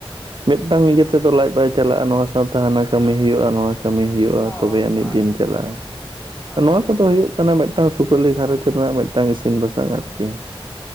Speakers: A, on the right; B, on the left.
A: ᱢᱤᱫᱴᱟᱝ ᱤᱭᱟᱹ ᱛᱮᱫᱚ ᱞᱟᱡ ᱵᱟᱭ ᱪᱟᱞᱟᱜᱼᱟ ᱱᱚᱣᱟ ᱥᱟᱶᱛᱮ ᱦᱟᱱᱟ ᱠᱟᱹᱢᱤ ᱦᱩᱭᱩᱜᱼᱟ ᱱᱚᱣᱟ ᱠᱟᱹᱢᱤ ᱦᱩᱭᱩᱜᱼᱟ
B: ᱦᱳᱭ
A: ᱛᱚᱵᱮ ᱟᱹᱱᱤᱡ
B: ᱦᱳᱭ
A: ᱫᱤᱱ ᱪᱟᱞᱟᱜᱼᱟ
B: ᱦᱳᱭ ᱦᱳᱭ
A: ᱾ ᱱᱚᱣᱟ
B: ᱦᱳᱭ
A: ᱠᱚᱫᱚ ᱦᱩᱭᱩᱜ ᱠᱟᱱᱟ ᱢᱤᱫᱴᱟᱝ ᱥᱩᱠᱟᱹᱞᱤ ᱜᱷᱟᱨᱚᱸᱡᱽ ᱨᱮᱱᱟᱜ ᱢᱤᱫᱴᱟᱝ ᱤᱥᱤᱱ ᱵᱟᱥᱟᱝ ᱟᱨᱠᱤ ᱾